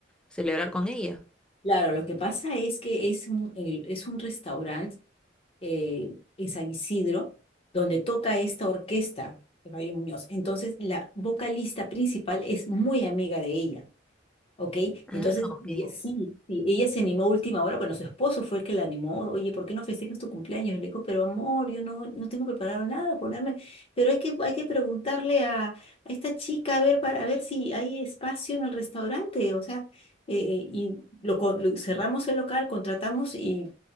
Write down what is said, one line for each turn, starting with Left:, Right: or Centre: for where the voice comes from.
Centre: celebrar con ella.
Left: Claro, lo que pasa es que es un, el- es un restaurante eh, en San Isidro donde toca esta orquesta de Mario Muñoz. Entonces, la vocalista principal es muy amiga de ella. ¿Ok?
Centre: Ah,
Left: Entonces,
Centre: ok.
Left: y- sí, sí, ella se animó a última hora, bueno, su esposo fue el que la animó, oye, ¿por qué no festejas tu cumpleaños? Y Le dijo, pero amor, yo no, no tengo preparado nada, ponerme, pero hay que, hay que preguntarle a, a esta chica a ver, para, a ver si hay espacio en el restaurante, o sea, eh, y lo, co- lo- cerramos el local, contratamos y